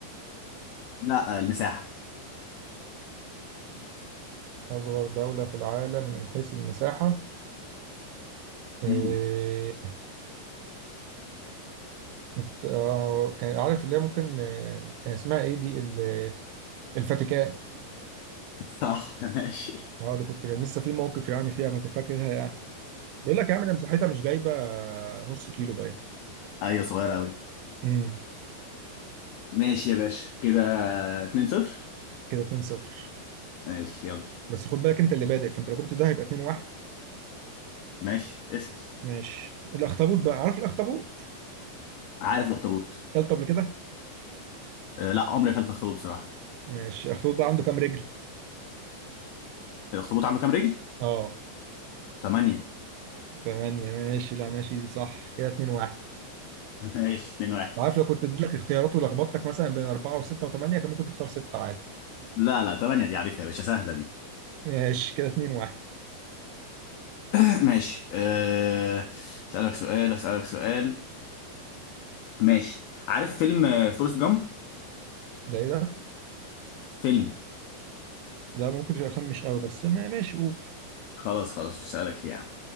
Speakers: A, on the left; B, on the right.
A: لا آه، المساحة
B: أصغر دولة في العالم من حيث المساحة إيه...
A: مم.
B: إنت- آه، كان عارف اللي هي ممكن آه، كان اسمها إيه دي ال- الفاتيكان
A: صح <laughs> ماشي
B: أه دي كنت كان لسه في موقف يعني فيها فاكر- فاكرها يعني بيقول لك يا عم ده مساحتها مش جايبة آه، نص كيلو باين
A: ايوه صغيرة قوي
B: امم
A: ماشي يا باشا كده 2 0
B: كده 2 0
A: ماشي يلا
B: بس خد بالك أنت اللي بادئ فأنت لو جبت ده هيبقى 2 1
A: ماشي اسأل
B: ماشي الأخطبوط بقى عارف الأخطبوط؟
A: عارف الاخطبوط
B: كلته قبل كده؟
A: آه، لا عمري اكلت اخطبوط بصراحة
B: ماشي الأخطبوط بقى عنده كام رجل؟
A: الاخطبوط عنده كام رجل؟
B: أه
A: 8
B: تمانية ماشي لا ماشي دي صح كده اتنين واحد
A: <laughs> ماشي 2 1
B: عارف لو كنت اديت لك اختيارات ولخبطتك مثلا بين أربعة وستة وثمانية كان ممكن تختار ستة عادي
A: لا لا 8 دي عارفها يا باشا سهلة دي
B: ماشي كده اتنين واحد
A: <clears throat> ماشي آه، اسألك سؤال اسألك سؤال ماشي عارف فيلم آه، فورست جامب؟
B: ده ايه ده؟
A: فيلم
B: لا ممكن يبقى فاهم مش قوي بس ما ماشي قول
A: خلاص خلاص مش هسألك فيه يا عم